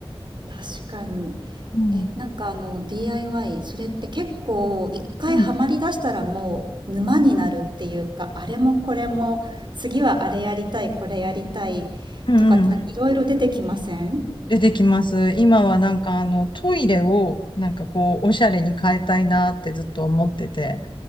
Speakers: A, on the right; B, on the left.
A: 確かに。
B: うん。
A: え、なんかあの DIY、それって結構一回ハマりだしたらもう沼になるっていうか、
B: うん。
A: あれもこれも、次はあれやりたい、これやりたいとかってなんかいろいろ出てきません
B: うんうんうん。出てきます。今はなんかあのトイレをなんかこうおしゃれに変えたいなってずっと思ってて、